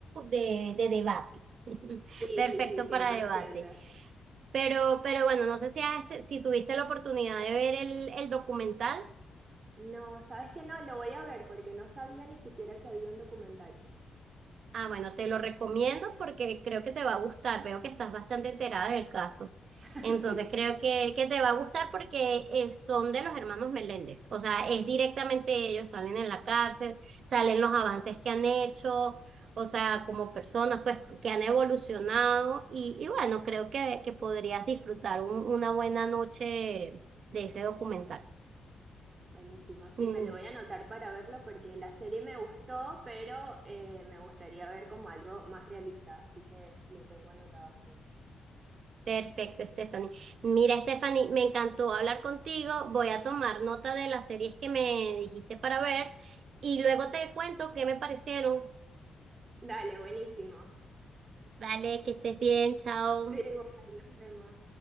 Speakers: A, on the right; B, on the right.
A: de, de debate, <laughs>
B: Sí,
A: perfecto
B: sí, sí, cien
A: para
B: por
A: debate.
B: ciento.
A: Pero, pero bueno, no sé si, has- este, si tuviste la oportunidad de ver el, el documental.
B: No, ¿sabes qué? No, lo voy a ver porque no sabía ni siquiera que había un documental.
A: Ah, bueno, te lo recomiendo porque creo que te va a gustar. Veo que estás bastante enterada del caso.
B: <laughs>
A: Entonces
B: Sí,
A: creo que, que te va a gustar porque eh, son de los hermanos Meléndez. O sea, es directamente ellos, salen en la cárcel, salen los avances que han hecho, o sea, como personas pues que han evolucionado. Y, y bueno, creo que, que podrías disfrutar un- una buena noche de ese documental.
B: buenísimo. Sí,
A: Mm.
B: me lo voy a anotar para verlo porque la serie me gustó, pero eh, me gustaría ver como algo más realista, así que lo tengo anotado entonces.
A: Perfecto, Stephanie. Mira, Stephanie, me encantó hablar contigo. Voy a tomar nota de las series que me dijiste para ver y luego te cuento qué me parecieron.
B: Dale, buenísimo. <laughs>
A: Vale, que estés bien, chao.
B: Sí, bueno, nos vemos.